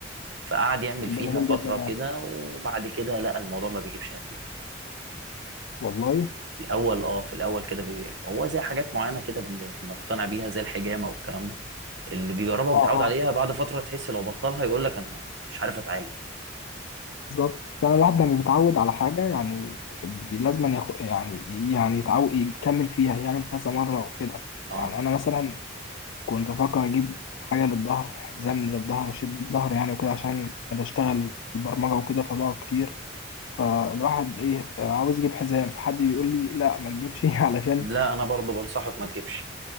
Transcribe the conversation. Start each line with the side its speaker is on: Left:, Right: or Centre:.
Right: فقعد يعمل
Left: طب
Right: فيها
Left: ده جميل
Right: فتره
Left: جدا يعني
Right: كده وبعد كده لقى الموضوع ما بيجيبش نتيجه
Left: والله
Right: في الاول اه في الاول كده بي... هو زي حاجات معينه كده بن... بنقتنع بيها زي الحجامه والكلام ده اللي بيجربها وبيتعود
Left: اه
Right: عليها
Left: اه
Right: بعد فتره تحس لو بطلها يقول لك انا مش عارف اتعالج
Left: بالظبط فعلا الواحد لما بيتعود على حاجة يعني بي- لازم أن يخ... يعني يعني يتعود يكمل فيها يعمل كذا مرة وكده
Right: اه
Left: يعني أنا مثلا كنت بفكر اجيب حاجه للظهر حزام للظهر اشد بيه ظهري يعني وكده عشان انا بشتغل في البرمجه وكده فبقعد كتير فالواحد ايه آه، عاوز يجيب حزام فحد بيقول لي لا ما تجيبش <laughs> علشان
Right: لا انا برضو بنصحك ما تجيبش